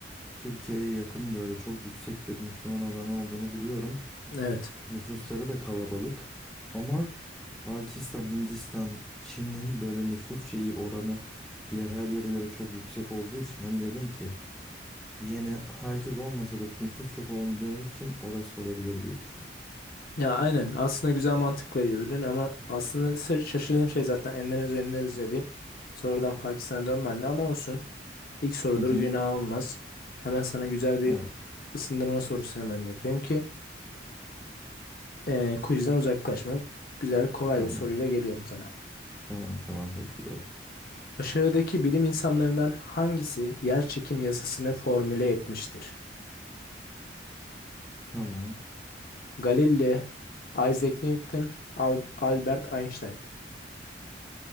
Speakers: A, in the centre; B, on the left.
A: Türkiye'ye yakın böyle çok yüksek bir Müslüman oranı olduğunu biliyorum.
B: Evet.
A: Nüfusları da kalabalık ama Pakistan, Hindistan, Çin'in böyle nüfus şeyi oranı diğer her yere göre çok yüksek olduğu için hani dedim ki yine herkes olmasa da nüfus çok olduğu için orası olabilir diye düşündüm.
B: Ya aynen. Aslında güzel mantıkla yürüdün ama aslında sa- şaşırdığım şey zaten Endonezya, Endonezya deyip sonradan Pakistan'a dönmendi ama olsun. İlk sorudur
A: Hı hı.
B: günah olmaz. Hemen sana güzel bir
A: Evet.
B: ısındırma sorusu hemen yapayım ki eee quizden uzaklaşmak. Güzel kolay
A: Tamam.
B: bir soruyla geliyorum sana.
A: Tamam tamam bekliyorum.
B: Aşağıdaki bilim insanlarından hangisi yer çekim yasasını formüle etmiştir?
A: Tamam.
B: Galileo, Isaac Newton, Al- Albert Einstein.